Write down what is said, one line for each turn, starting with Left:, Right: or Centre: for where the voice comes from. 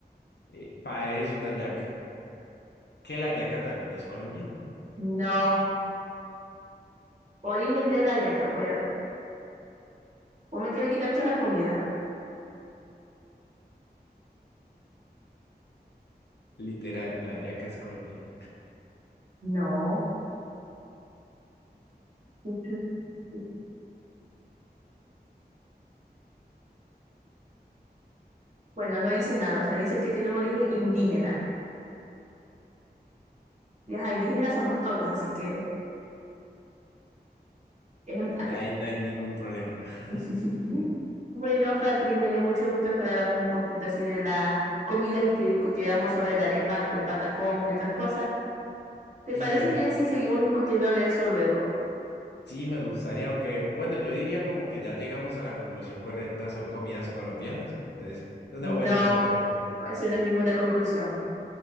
Left: Eh, parece una yaca. Que la yaca también es colombiana.
Right: No. Origen de la yaca, voy a ver. ¿Vos me querés quitar toda la comida?
Left: Literal, la yaca es colombiana.
Right: No. <laughs> Bueno, no dice nada, o sea, dice que tiene un origen indígena. Y ajá, indígenas somos todos, así que es empate.
Left: Ah, De ahí no hay ningún problema. <laughs>
Right: <laughs> Bueno, Patrick, me dio mucho gusto que habláramos un poquito así de las comidas y que discutiéramos sobre la arepa y el patacón y otras cosas. ¿Te
Left: y
Right: parece bien si seguimos discutiendo de eso luego?
Left: Sí, me gustaría, aunque, bueno, yo diría como que ya llegamos a la conclusión correcta, son comidas colombianas, entonces, es
Right: No,
Left: una buena conclusión.
Right: eso no es ninguna conclusión.